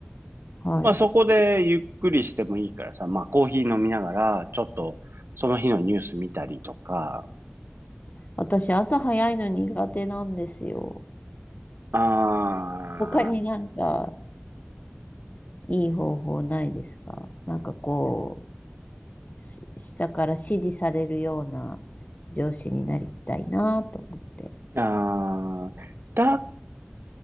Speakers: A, on the left; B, on the right.
A: はい。
B: まあそこでゆっくりしてもいいからさ、まあコーヒー飲みながら、ちょっとその日のニュース見たりとか、
A: 私、朝早いの苦手なんですよ。
B: あ
A: 他になんかいい方法ないですかなんかこう、し下から指示されるような上司になりたいなと思って。
B: ー、あー、だ、